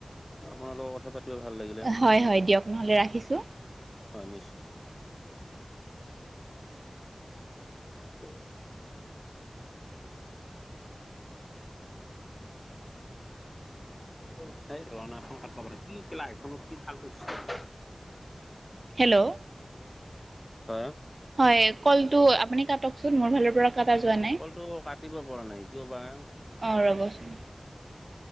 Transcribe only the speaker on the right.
হয় হয় দিয়ক নহ'লে ৰাখিছো।
হেল্ল'
হয় কলটো আপুনি কাটকচোন মোৰ ফালৰ পৰা, কটা যোৱা নাই
অঁ ৰ'বচোন,